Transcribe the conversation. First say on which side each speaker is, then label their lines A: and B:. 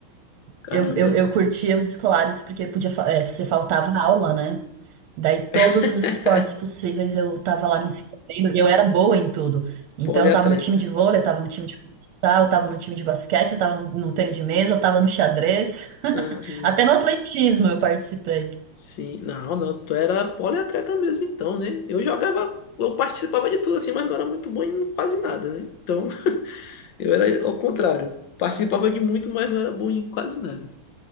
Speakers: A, on the left; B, on the right.
A: caramba,
B: Eu, eu, eu curtia os escolares porque podia, fa- eh, você faltava aula, né? Daí todos
A: <laughs>
B: os esportes possíveis eu tava lá me inscrevendo e eu era boa em tudo. Então
A: poliatleta.
B: eu tava no time de vôlei, eu tava no time de futsal, eu tava no time de basquete, eu tava no, no tênis de mesa, eu tava no xadrez. <laughs>
A: Ah, hum.
B: Até no atletismo eu participei.
A: Sim, não, não, tu era poliatleta mesmo então, né? Eu jogava, eu participava de tudo assim, mas não era muito bom em quase nada, né? Então, <laughs> eu era ao contrário. Participava de muito, mas não era bom em quase nada.